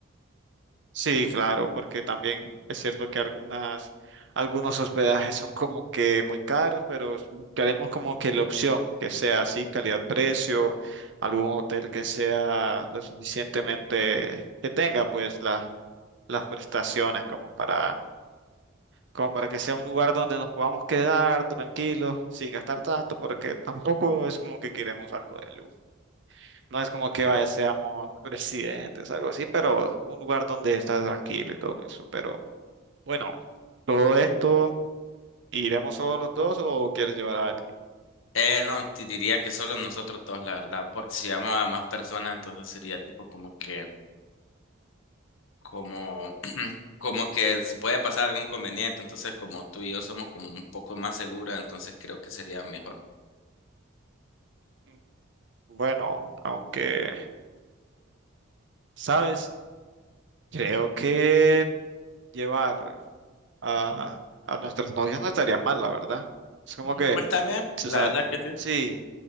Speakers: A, on the right; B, on the left.
A: Sí, claro, porque también es cierto que algunas, algunos hospedajes son como que muy caros, pero s- queremos como que la opción que sea así, calidad-precio, algún hotel que sea lo suficientemente, que tenga pues la- las prestaciones como para, como para que sea un lugar donde nos podamos quedar tranquilos, sin gastar tanto, porque tampoco es como que queremos algo de lujo. No es como que vaya, seamos presidentes, algo así, pero un lugar donde estás tranquilo y todo eso, pero bueno, todo esto, ¿iremos solo los dos o quieres llevar a alguien?
B: Eh, no, te diría que solo nosotros dos, la verdad, porque si llamo a más personas, entonces sería tipo como que, como, <clears throat> como que si puede pasar algún inconveniente, entonces como tú y yo somos como un poco más seguras, entonces creo que sería mejor.
A: Mm, Bueno, aunque, ¿sabes? Creo que llevar a, a nuestras novias no estaría mal, la verdad. Es como
B: Mm,
A: que,
B: Pues también,
A: tú
B: la
A: sabes,
B: verdad que sí.
A: sí,